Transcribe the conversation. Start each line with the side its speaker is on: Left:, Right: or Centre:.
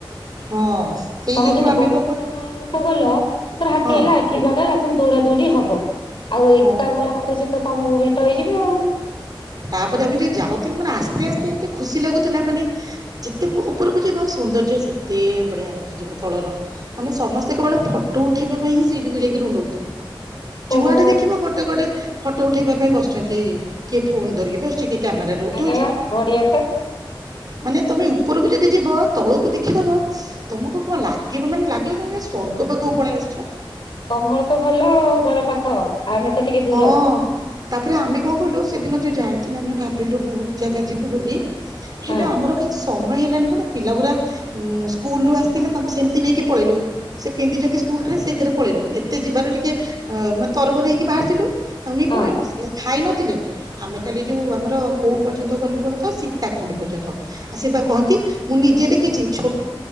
Right: ହଁ ସେଇ
Left: ତମେ
Right: ଯୋଗୁ
Left: ଯଦି
Right: ଆମେ
Left: ବହୁତ
Right: କଣ କରୁ
Left: ଜଣ ଲୋକ ଗଲ। ତ ହାତୀ
Right: ହଁ
Left: ଅଇଲା କି ବାଘ ହେଲା ଦ‌‌ୌଡ଼ା ଦୋଡ଼ି ହବ ଆଉ
Right: ହଁ।
Left: ଏକା ଗଲା ମତେ ସେଠି‌ କାମ କରି ହେଇଯିବେ ଆଉ
Right: ତାପରେ ଆମେ ଯୋଉ ଯାଉଥୁଲୁ ମାନେ ଆସ୍ତେ ଆସ୍ତେ ଏତେ ଖୁସି ଲାଗୁଥୁଲା ମାନେ ଯେତେ ଉପରକୁ ଯିବ ସୌନ୍ଦର୍ଯ୍ୟ ସେତେ ବଢିଆ ଦେଖାଯିବ ତଳର ମାନେ ସମସ୍ତେ କେବଳ ଫଟୋ ଉଠେଇବା ପାଇଁ ହିଁ ସେଇଠିକୁ ଯାଇକି ରୁଣ୍ଡ ହୋଉଥିଲେ। ଯୁଆଡେ
Left: ଓହୋ
Right: ଦେଖିବ ଗୋଟେ ଗୋଟେ ଫଟୋ ଉଠେଇବା ପାଇଁ ବସିଚନ୍ତି କିଏ ଫୋନ୍ ଧରିକି ବସିଚି କିଏ କ୍ୟାମେରାରେ ଉଠଉଛି
Left: ଆରେ ବାଃ ବଢିଆ ତ।
Right: ମାନେ ତମେ ଉପରକୁ ଯଦି ଯିବ ତଳକୁ ଦେଖିଦବ, ତମକୁ କଣ ଲାଗିବ, ମାନେ ଲାଗିବ ତମେ ସ୍ଵର୍ଗ ପାଖକୁ ପଳେଇ ଆସିଚ।
Left: ତମରତ ଭଲ ଆଉ, ଘର ପାଖ। ଆମେ ତ ଟିକେ ଦୂର
Right: ହଁ, ତାପରେ ଆମେ କଣ କଲୁ ସେଦିନ ଯଉ ଯାଇ ଥିଲ, ଆମେ ଭାବିଲୁ ବହୁତ ଜାଗା ଯିବୁ ବୋଲି। ହେଲେ
Left: ହଁ
Right: ଆମର କା ସମୟ ହେଲାନି। କଣ ପିଲାଗୁରା ସ୍କୁଲୁରୁ ଆସିଥିଲେ ତାଙ୍କୁ ସେମିତି ନେଇକି ପଳେଇଲୁ। ସେ ପିନ୍ଧିଚନ୍ତି ସ୍କୁଲ ଡେସ୍ ସେଇଥିରେ ପଳେଇଲୁ। ଏତେ ଯିବାର ଟିକେ ଅ ମାନେ ତରବର ହେଇକି ବାହାର ଥିଲୁ ଆମେ
Left: ହଁ।
Right: ପଳେଇଲୁ ସେ ଖାଇଲା ଥିଲେ। ଆମେ ଖାଲି ଯଉ ଆମର କୋଉ ପର୍ଯ୍ୟନ୍ତ ଗଲୁ କହତ ସୀତାକୁଣ୍ଡ ପର୍ଯ୍ୟନ୍ତ। ଆଉ ସେ ବା କହନ୍ତି ମୁଁ ନିଜେ ଦେଖିଚି ଛୋଟ